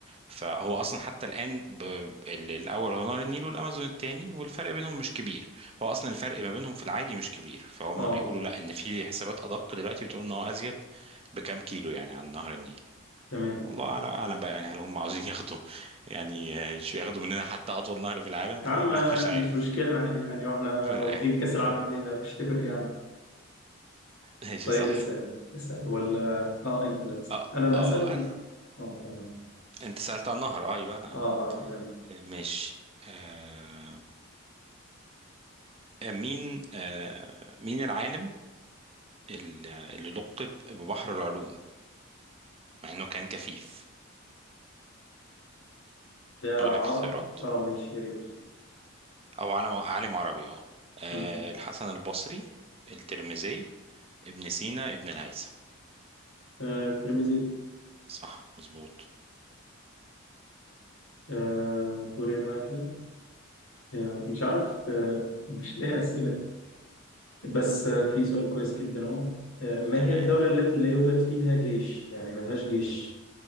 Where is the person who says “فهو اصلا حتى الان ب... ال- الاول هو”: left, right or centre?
Right